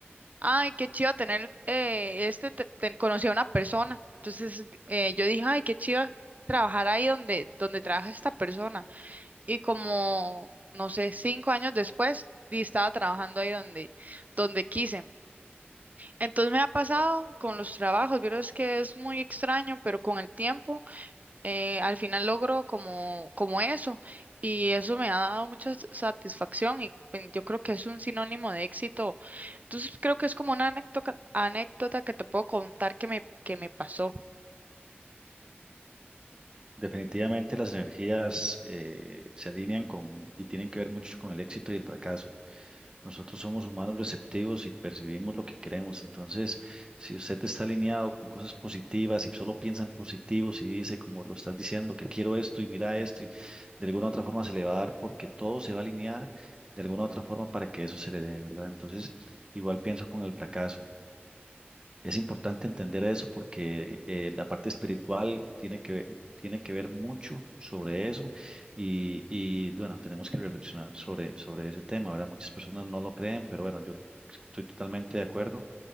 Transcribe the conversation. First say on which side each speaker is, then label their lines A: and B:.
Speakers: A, on the right (about 40°); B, on the right (about 20°).
A: ay, qué chido tener, eh, este, te- te- conocí a una persona. Entonces, eh, yo dije, ay, qué chido trabajar ahí donde, donde trabaja esta persona. Y como, no sé, cinco años después, di- estaba trabajando ahí donde, donde quise. Entonces me ha pasado con los trabajos, vieras que es muy extraño, pero con el tiempo eh, al final logro como, como eso y eso me ha dado mucha s- satisfacción y pen- yo creo que es un sinónimo de éxito. Entonces creo que es como una anécdota, anécdota que te puedo contar que me, que me pasó.
B: Definitivamente las energías eh, se alinean con y tienen que ver mucho con el éxito y el fracaso. Nosotros somos humanos receptivos y percibimos lo que queremos. Entonces, si usted está alineado con cosas positivas y solo piensa en positivo, si dice, como lo estás diciendo, que quiero esto y mira esto, y de alguna u otra forma se le va a dar porque todo se va a alinear de alguna u otra forma para que eso se le dé, ¿verdad? Entonces, igual pienso con el fracaso. Es importante entender eso porque eh, la parte espiritual tiene que, ve- tiene que ver mucho sobre eso y, y, bueno, tenemos que reflexionar sobre, sobre ese tema, ¿verdad? Muchas personas no lo creen, pero bueno, yo estoy totalmente de acuerdo